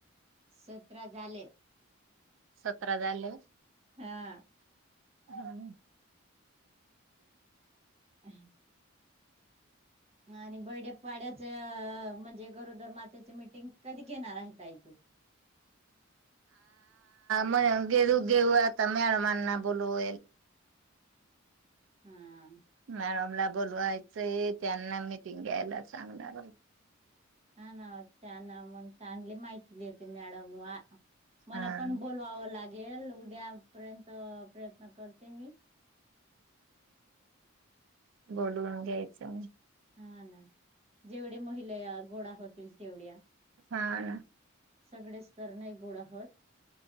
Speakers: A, on the right; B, on the right.
A: सतरा झाले.
B: सतरा झाले.
A: हा.
B: हा.
A: अ् <unintelligible> हं. आणि बर्डे पाड्याच म्हणजे गरोदर मातेच मिटिंग कधी घेणार आहे ताई तू?
B: म घेवू घेवू आता मॅडमना ना बोलवू
A: हा.
B: मॅडमला बोलवायचं त्यांना मीटिंग घ्यायला सांगणार.
A: हा ना. त्यांना मग चांगली माहिती देते, मॅडम वा मला
B: हा.
A: पण बोलवावं लागेल त्या पर्यंत प्रयत्न करते मी.
B: बोलवून घ्यायचं.
A: हा ना. जेवढी महिलया गोडा होतील तेवढ्या.
B: हा ना.
A: सगळे सं तर नाही गोडा होत.